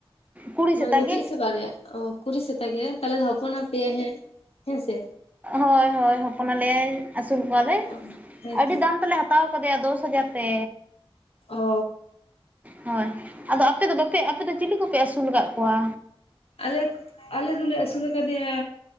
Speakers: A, on the right; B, on the left.
A: ᱠᱩᱲᱤ
B: ᱢᱟᱱᱮ
A: ᱥᱮᱛᱟ
B: ᱢᱤᱫᱴᱤᱡ
A: ᱜᱮ
B: ᱥᱮ ᱵᱟᱨᱭᱟ ᱚ ᱠᱩᱲᱤ ᱥᱮᱛᱟ ᱜᱮ ᱛᱟᱦᱚᱞᱮ ᱦᱚᱯᱚᱱ ᱟᱯᱮ ᱭᱟᱭ ᱦᱟᱜ ᱦᱮᱸ ᱦᱮᱸᱥᱮ
A: ᱦᱳᱭ ᱦᱳᱭ ᱦᱚᱯᱚᱱ ᱟᱞᱮᱭᱟᱭ ᱟᱹᱥᱩᱞ ᱠᱚᱣᱟᱞᱮ
B: ᱚ ᱦᱮᱸᱛᱚ
A: ᱟᱹᱰᱤ ᱫᱟᱢ ᱛᱮᱞᱮ ᱦᱟᱛᱟᱣ ᱦᱟᱛᱟᱣ ᱠᱟᱫᱮᱭᱟ ᱫᱚᱥ ᱦᱟᱡᱟᱨ ᱛᱮ
B: ᱚ ᱾
A: ᱦᱳᱭ ᱟᱫᱚ ᱟᱯᱮ ᱫᱚ ᱵᱟᱯᱮ ᱟᱯᱮᱫ ᱫᱚ ᱪᱤᱞᱤ ᱠᱚᱯᱮ ᱟᱹᱥᱩᱞ ᱠᱟᱫ ᱠᱚᱣᱟ?
B: ᱟᱞᱮ ᱟᱞᱮ ᱫᱚᱞᱮ ᱟᱹᱥᱩᱞ ᱟᱠᱟ ᱫᱮᱭᱟ